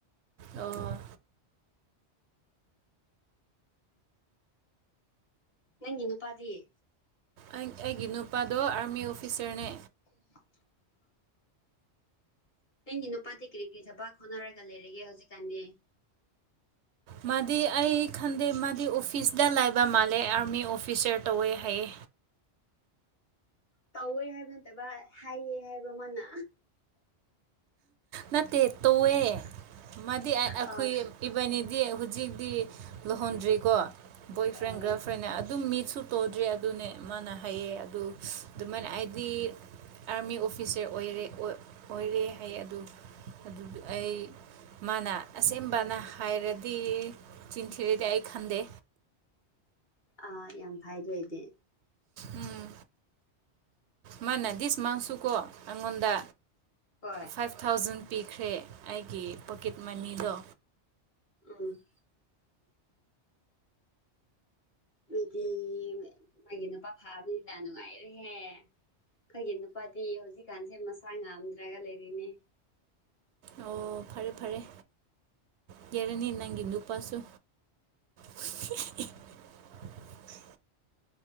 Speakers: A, on the right; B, on the left.
A: ꯑꯣ
B: ꯅꯪꯒꯤ ꯅꯨꯄꯥꯗꯤ ꯀꯩ
A: ꯑꯩꯒꯤ ꯅꯨꯄꯥꯗꯣ ꯑꯥꯔꯃꯤ ꯑꯣꯐꯤꯁꯥꯔꯅꯦ
B: ꯎꯝ ꯅꯪꯒꯤ ꯅꯨꯄꯥꯗꯤ ꯀꯔꯤ ꯀꯔꯤ ꯊꯕꯛ ꯍꯣꯠꯅꯔꯒ ꯂꯩꯔꯒꯦ ꯍꯧꯖꯤꯛꯀꯥꯟꯗꯤ
A: ꯃꯥꯗꯤ ꯑꯩ ꯈꯟꯗꯦ ꯃꯥꯗꯤ ꯑꯣꯐꯤꯁꯇ ꯂꯥꯏꯕ ꯃꯥꯜꯂꯦ ꯑꯥꯔꯃꯤ ꯑꯣꯐꯤꯁꯔ ꯇꯧꯋꯦ ꯍꯥꯏꯌꯦ
B: ꯇꯧꯋꯦ ꯍꯥꯏꯕ ꯅꯠꯇꯕ ꯍꯥꯏꯌꯦ ꯍꯥꯏꯕ꯭ꯔꯣ ꯃꯥꯅ
A: ꯅꯠꯇꯦ ꯇꯧꯑꯦ ꯃꯥꯗꯤ ꯑꯩꯈꯣꯏ
B: ꯑ
A: ꯏꯕꯥꯅꯤꯗꯤ ꯍꯧꯖꯤꯛꯇꯤ ꯂꯨꯍꯣꯟꯗ꯭ꯔꯤꯀꯣ ꯕꯣꯏ
B: ꯑ
A: ꯐ꯭ꯔꯦꯟ ꯒꯥꯔꯜ ꯐ꯭ꯔꯦꯟꯅ ꯑꯗꯨꯝ ꯃꯤꯁꯨ ꯇꯧꯗ꯭ꯔꯤ ꯑꯗꯨꯅꯦ ꯃꯥꯅ ꯍꯥꯏꯌꯦ ꯑꯗꯨ ꯑꯗꯨꯃꯥꯏꯅ ꯍꯥꯏꯗꯤ ꯑꯥꯔꯃꯤ ꯑꯣꯐꯤꯁꯔ ꯑꯣꯏꯔꯦ ꯑꯣꯏꯔꯦ ꯐꯩ ꯑꯗꯨ ꯑꯗꯨꯒꯤ ꯑꯩ ꯃꯥꯅ ꯑꯁꯦꯡꯕꯅ ꯍꯥꯏꯔꯗꯤ ꯆꯤꯟꯊꯤꯔꯗꯤ ꯑꯩ ꯈꯟꯗꯦ
B: ꯑꯥ ꯌꯥꯝ ꯐꯥꯏ ꯂꯣꯏꯗꯤ
A: ꯎꯝ ꯃꯥꯅ ꯗꯤꯁ ꯃꯥꯥꯡꯁꯨꯀꯣ ꯑꯩꯉꯣꯟꯗ
B: ꯍꯣꯏ
A: ꯐꯥꯏꯚ ꯊꯥꯎꯖꯟ ꯄꯤꯈ꯭ꯔꯦ ꯑꯩꯒꯤ ꯄꯣꯀꯦꯠ ꯃꯅꯤꯗꯣ
B: ꯑꯝ ꯃꯤꯗꯤ ꯃꯥꯒꯤ ꯅꯨꯄꯥ ꯐꯥꯕꯅꯤꯅ ꯅꯨꯡꯉꯥꯏꯔꯦꯍꯦ ꯑꯩꯈꯣꯏꯒꯤ ꯅꯨꯄꯥꯗꯤ ꯍꯧꯖꯤꯛꯀꯥꯟꯁꯦ ꯃꯁꯥ ꯉꯝꯗ꯭ꯔꯒ ꯂꯩꯔꯤꯅꯦ
A: ꯑꯣ ꯐꯔꯦ ꯐꯔꯦ ꯀꯦꯔꯅꯤ ꯅꯪꯒꯤꯅꯨꯄꯥꯁꯨ <unintelligible>